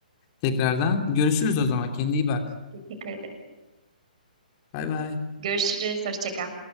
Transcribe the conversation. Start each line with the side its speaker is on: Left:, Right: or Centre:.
Left: Tekrardan görüşürüz o zaman. Kendine iyi bak.
Right: Teşekkür ederim.
Left: Bay bay.
Right: Görüşürüz. Hoşça kal.